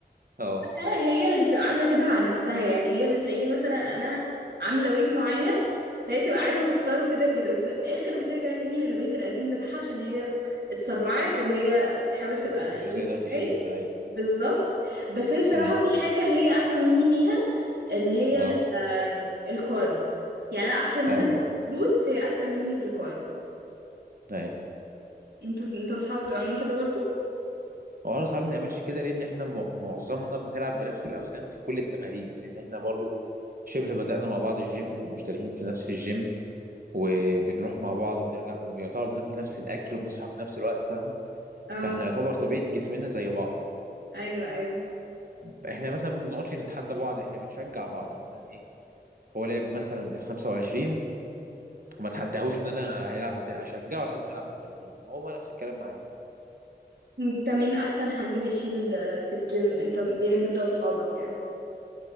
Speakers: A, on the right (about 60°); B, on the right (about 75°).
A: اه
B: آه، هي اللي بتبقى عامله كده مع نفسها يعني هي بتلاقيني مثلا انا عامله ويت معين فهي تبقى عايزه تكسره كده كده وفي الاخر بترجع تاني للويت القديم بتاعها عشان هي اتسرعت ان هي تحاول تبقى
A: مش
B: الويت
A: هتقدر تشيل
B: بتاعي
A: ايوه
B: بالظبط بس هي الصراحه
A: امم
B: في حاجه هي احسن مني فيها اللي هي
A: اه
B: ال- آم، الكوادز يعني انا احسن منها
A: ايوه
B: في الروتس هي احسن مني في الكوادز
A: ايوه
B: انتوا انتوا اصحابك بتبقوا عاملين كده برضو
A: هو احنا صعب نعملش كده لان احنا م- معظمنا بنلعب بنفس الاوزان في كل التمارين لان احنا برضو شبه بدأنا مع بعض الجيم ومشتركين في نفس الجيم وبنروح مع بعض وبنرجع وبيعتبر بناكل نفس الاكل وبنصحى في نفس الوقت فاهمه
B: اه
A: فاحنا يعتبر طبيعه جسمنا زي بعض
B: ايوه ايوه
A: فاحنا مثلا ما بنقعدش نتحدى بعض احنا بنشجع بعض يعني مثلا ايه هو لعب مثلا بال 25 ما تحداهوش ان انا هيلعب بتا... اشجعه لحد ما يلعب بال 30 هو نفس الكلام معايا
B: انت مين احسن حد بيشيل آه، في الجيم انت بينك انت واصحابك يعني